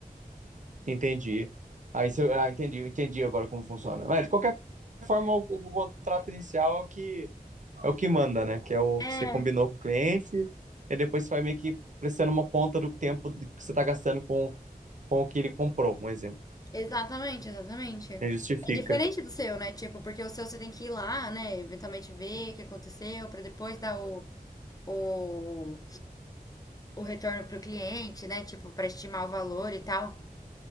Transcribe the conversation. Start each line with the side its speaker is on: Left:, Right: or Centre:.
Right: Entendi. Aí se eu, ah, entendi, eu entendi agora como funciona. Mas, de qualquer forma, o, o contrato inicial é o que é o que manda, né? Que é o
Left: É,
Right: que você combinou com o cliente, e depois você vai meio que prestando uma conta do tempo de- que você está gastando com, com o que ele comprou, um exemplo.
Left: Exatamente, exatamente.
Right: Ele justifica.
Left: É diferente do seu, né? Tipo, porque o seu você tem que ir lá, né? Eventualmente ver o que aconteceu, pra depois dar o, o, o retorno pro cliente, né? Tipo, pra estimar o valor e tal.